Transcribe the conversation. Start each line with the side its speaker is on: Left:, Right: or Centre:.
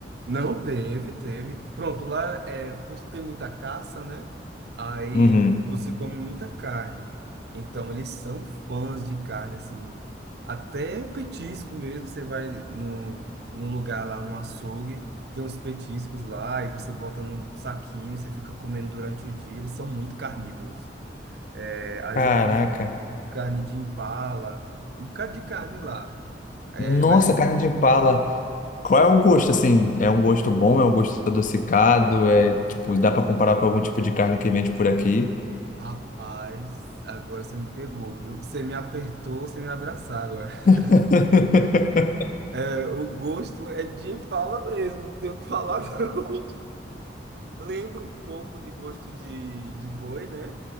Right: Não teve, teve. Pronto, lá é por ter muita caça, né? Aí
Left: Uhum.
Right: você come muita carne. Então eles são fãs de carne, assim. Até petisco mesmo. Você vai no, no lugar lá, no açougue, tem uns petiscos lá e você bota num saquinho e você fica comendo durante o dia. Eles são muito carnívoros. É, aí
Left: Caraca.
Right: eu comi carne de impala, um bocado de carne lá. É,
Left: Nossa,
Right: mas assim.
Left: carne de impala. Qual é o gosto assim? É um gosto bom? É um gosto adocicado? É tipo, dá pra comparar com algum tipo de carne que vende por aqui?
Right: Rapaz, agora você me pegou, viu? Você me apertou, você me abraçar agora. <laughs>
Left: <laughs>
Right: É, o gosto é de fala mesmo, não tenho o que falar, não. <laughs> Lembro um pouco de gosto de, de boi, né?